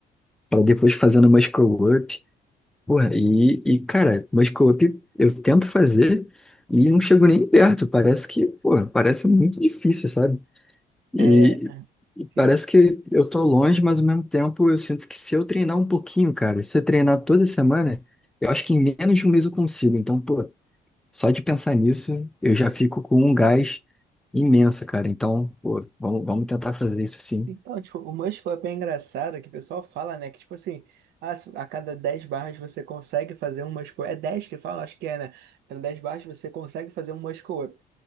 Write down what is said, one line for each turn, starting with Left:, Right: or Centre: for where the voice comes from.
Centre: para depois fazendo muscle up. Porra, e, e, cara, muscle up eu tento fazer e não chego nem perto. Parece que, pô, parece muito difícil, sabe? E,
Right: É,
Centre: e parece
Right: assim,
Centre: que eu tô longe, mas ao mesmo tempo eu sinto que se eu treinar um pouquinho, cara, se eu treinar toda semana, eu acho que em menos de um mês eu consigo. Então, pô. Só de pensar nisso, eu já fico com um gás imenso, cara. Então, pô, vamos, vamos tentar fazer isso sim.
Right: então, tipo, o Mush foi bem engraçado que o pessoal fala, né? Que, tipo assim, ah, se a cada 10 barras você consegue fazer um Mush Pull-up. É 10 que fala, acho que é, né? A cada 10 barras você consegue fazer um Mush Up.